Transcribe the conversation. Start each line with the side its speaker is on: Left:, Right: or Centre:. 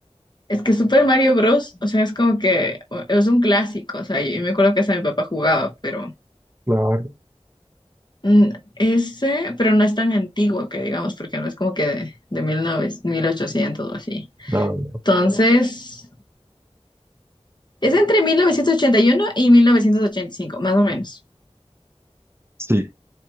Left: Es que Super Mario Bros., o sea, es como que o- es un clásico, o sea, yo me acuerdo que hasta mi papá jugaba, pero
Right: Claro,
Left: mm, ese, pero no es tan antiguo que digamos, porque no es como que de, de mil nove- 1800 o así.
Right: nada.
Left: Entonces, es entre mil novecientos ochenta y uno y y 1985 más o menos.
Right: Sí,